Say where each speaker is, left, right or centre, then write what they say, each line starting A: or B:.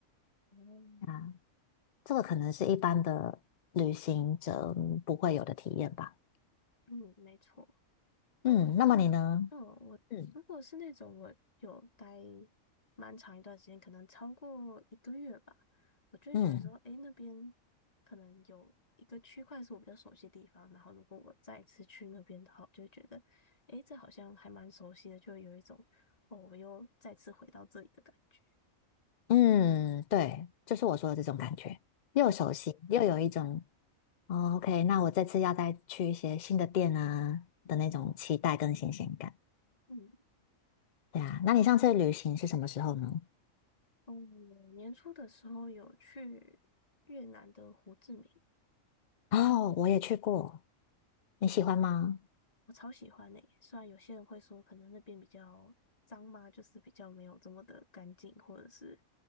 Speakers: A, on the left; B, on the left.
A: 哦，
B: 啊，这个可能是一般的旅行者嗯不会有的体验吧。
A: 嗯，没错。那我之前，
B: 嗯，那么你呢？
A: 嗯，我如果是那种我有待
B: 嗯
A: 蛮长一段时间，可能超过一个月吧，我就会觉得说，
B: 嗯
A: 诶，那边可能有一个区块是我比较熟悉的地方，然后如果我再一次去那边的话，我就会觉得，诶，这好像还蛮熟悉的，就会有一种，哦，我又再次回到这里的感觉。
B: 嗯，对，就是我说的这种感觉，又熟悉又有一种，
A: 嗯
B: 哦，OK，那我这次要再去一些新的店啊的那种期待跟新鲜感。
A: 嗯，
B: 对啊，那你上次旅行是什么时候呢？
A: 哦，年初的时候有去越南的胡志明，
B: 哦，我也去过，你喜欢吗？
A: 我超喜欢诶、虽然有些人会说可能那边比较脏嘛，就是比较没有这么的干净或者是